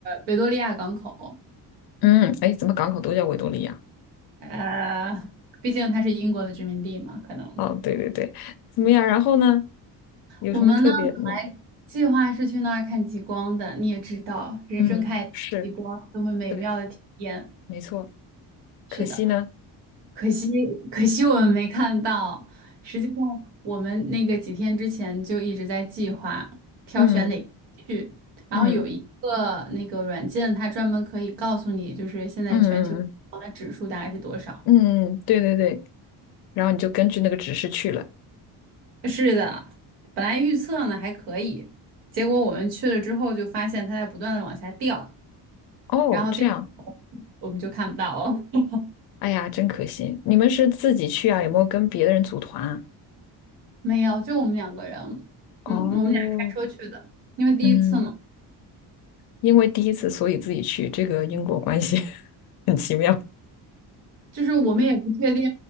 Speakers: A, on the right; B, on the left.
A: 维多利亚港口，
B: 嗯，哎，怎么港口都叫维多利亚？
A: 呃，毕竟它是英国的殖民地嘛，可能
B: 哦，对对对，怎么样？然后呢？有什么特别？
A: 我们呢本来计划是去那儿看极光的，
B: 嗯
A: 你也知道，人生看一次极光多么美妙的体验。
B: 嗯，是，对，没错。
A: 是的。
B: 可惜呢，
A: 可惜，可惜我们没看到。实际上，我们那个几天之前就一直在计划挑选哪个去，
B: 嗯
A: 然后有一个那个软件，
B: 嗯
A: 它专门可以告诉你，就是现在全球的指数大概是多少。
B: 嗯嗯嗯，嗯，嗯对对对。然后你就根据那个指示去了。
A: 是的，本来预测呢还可以，结果我们去了之后就发现它在不断的往下掉，
B: 哦，
A: 然后掉，
B: 这样。
A: 我们就看不到了。<laughs>
B: 哎呀，真可惜！你们是自己去啊？有没有跟别的人组团啊？
A: 没有，就我们两个人，
B: 哦，
A: 嗯，我们俩开车去的，因为第一次嘛。
B: 嗯，因为第一次，所以自己去，这个因果关系 <laughs> 很奇妙。
A: 就是我们也不确定，